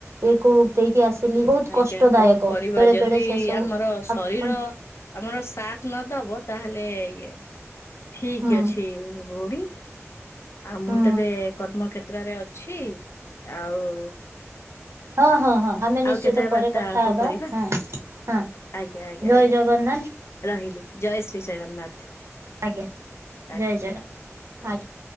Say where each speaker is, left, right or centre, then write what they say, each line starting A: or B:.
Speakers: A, on the right (about 65°); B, on the left (about 55°).
A: ଇଏକୁ ଦେଇକି ଆସିଲି ବହୁତ
B: ଆଜ୍ଞା
A: କଷ୍ଟ ଦାୟକ
B: କଣ କରିବା
A: ବେଳେ
B: ଯଦି
A: ବେଳେ ସେ ସବୁ।
B: ଆମର ଶରୀର
A: ଆପଣ
B: ଆମର ସାଥ ନଦବ ତାହେଲେ ଇଏ ଠିକ
A: ହୁଁ।
B: ଅଛି ଭଉଣୀ। ଆଉ
A: ହୁଁ
B: ମୁଁ ତେବେ କର୍ମକ୍ଷେତ୍ରରେ ଅଛି ଆଉ
A: ହଁ ହଁ ହଁ। ଆମେ ନିଶ୍ଚିତ
B: ଆଉ କେତେ ବେଳେ
A: ପରେ
B: ବାର୍ତ୍ତା
A: କଥା
B: ଆଳାପ
A: ହବା
B: କରିବା।
A: ହଁ ହଁ
B: ଆଜ୍ଞା ଆଜ୍ଞା
A: ଜୟ
B: ଆଜ୍ଞା
A: ଜଗନ୍ନାଥ
B: ରହିଲି ଜୟ ଶ୍ରୀ ଜଗନ୍ନାଥ।
A: ଆଜ୍ଞା
B: ଆ।
A: ଜୟ ଜଗନ୍ନାଥ।